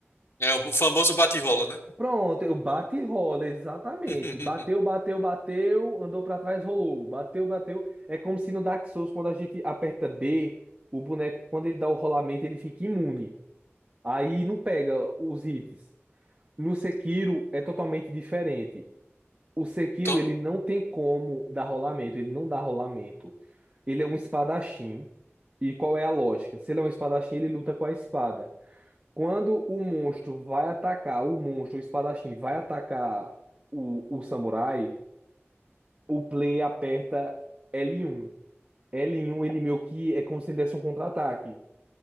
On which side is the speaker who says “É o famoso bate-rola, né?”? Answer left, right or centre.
Left